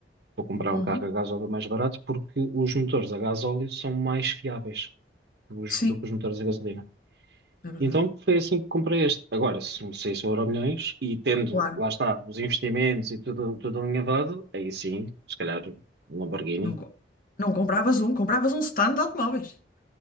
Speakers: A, on the right; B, on the left.
A: vou comprar
B: Uhum.
A: um carro a gasóleo mais barato porque os motores a gasóleo são mais fiáveis do,
B: Sim,
A: do que os motores a gasolina.
B: é verdade.
A: E Então foi assim que comprei este. Agora, se me saísse o Euromilhões e tendo,
B: Claro.
A: lá está, os investimentos e tudo, tudo alinhavado, aí sim, se calhar um Lamborghini,
B: Não, co- não compravas um, compravas um stand de automóveis.